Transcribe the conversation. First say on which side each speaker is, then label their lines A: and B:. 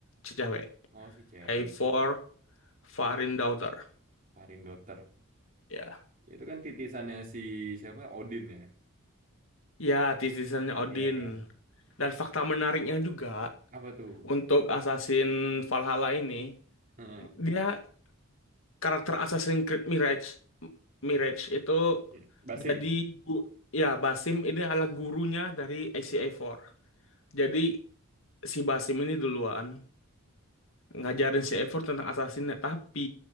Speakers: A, on the left; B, on the right.
A: ce- cewek.
B: Oh, si cewek,
A: Hai for Farin Daughter.
B: Karin Dotter.
A: Ya.
B: Itu kan titisannya si siapa? Odin ya.
A: Ya, titisannya Odin.
B: Iya kan.
A: Dan fakta menariknya juga
B: Apa tuh?
A: untuk Assassin Valhalla ini,
B: Heeh.
A: dia karakter Assassin's Creed Mirage Mirage itu
B: Iya. Basim.
A: jadi gu- ya Basim ini adalah gurunya dari ACA4. Jadi si Basim ini duluan ngajarin si A4 tentang assassinnya, tapi